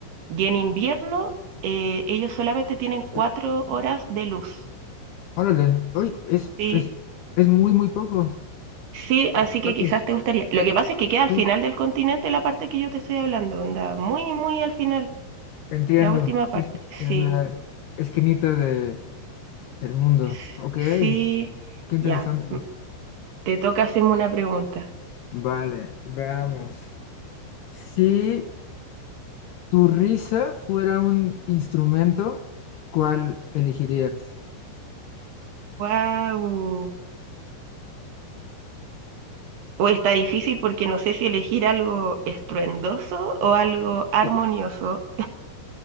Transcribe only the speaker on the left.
sí.
Órale. Uy, es,
es, es muy, muy poco.
Claro,
sí,
Entiendo.
Sí, sí,
En la esquinita de el mundo.
Ok, qué
interesante.
Vale, veamos. Sí, tu risa fuera un instrumento, ¿cuál elegirías?
Sí.